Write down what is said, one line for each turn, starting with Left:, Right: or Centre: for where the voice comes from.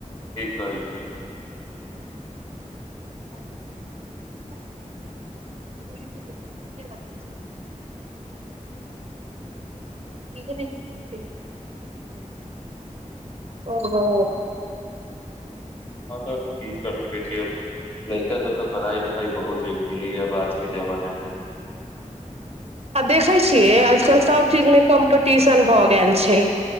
Left: ठीक कहै छी
Right: <inaudible> <unintelligible> <unintelligible> ओहो
Left: ह तब की कर सकै छियै अब लड़िका सबके पढ़ाइ लिखाइ बहुत जरुररी अब आजके जमानमे
Right: आ देखै छियै आजकल सभचीजमे कम्पीटिशन भऽ गेल छै